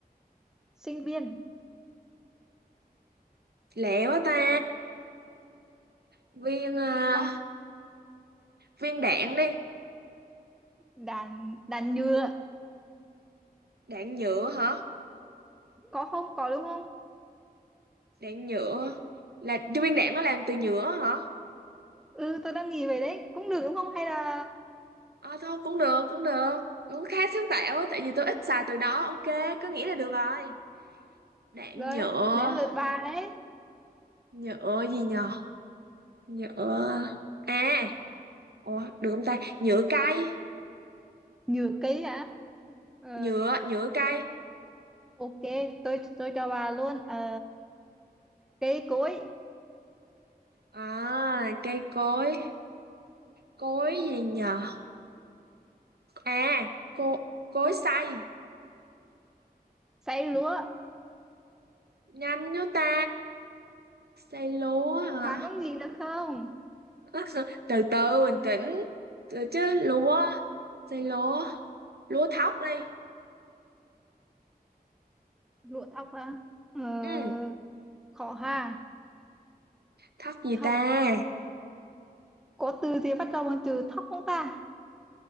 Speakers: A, in the centre; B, on the right.
A: sinh viên
B: Lẹ quá ta. Viên, à,
A: bà,
B: viên đạn đi.
A: đàn đàn nhựa
B: Đạn nhựa hả?
A: có không có đúng không
B: đạn nhựa là Trung Nguyên đạn nó làm từ nhựa hả?
A: ừ tôi đang nghĩ về đấy cũng được đúng không hay là
B: Ờ thôi cũng được cũng được cũng khá sáng tạo á tại vì tôi ít xài từ đó ok có nghĩa là được rồi đạn
A: rồi
B: nhựa
A: đến lượt bà đấy
B: nhựa gì nhờ nhựa à ủa được không ta nhựa cây
A: nhựa cây hả ờ,
B: nhựa nhựa cây
A: ok tôi tôi cho bà luôn ờ, cây cối
B: à cây cối cối gì nhờ à cô cối xay
A: xay lúa
B: nhanh nữa ta xay lúa hả
A: bà có nghĩ được không
B: <laughs> từ từ bình tĩnh từ chứ lúa xay lúa lúa thóc đi
A: lúa thóc à ờ,
B: ừ
A: khó ha
B: thóc gì
A: thóc
B: ta
A: có từ gì bắt đầu bằng từ thóc không ta